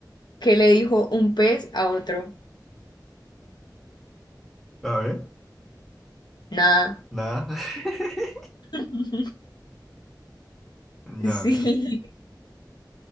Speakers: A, on the left; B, in the centre.
A: ¿qué le dijo un pez a otro?
B: A ver,
A: Nada.
B: nada. <laughs>
A: <laughs>
B: Ya
A: Sí.
B: veo.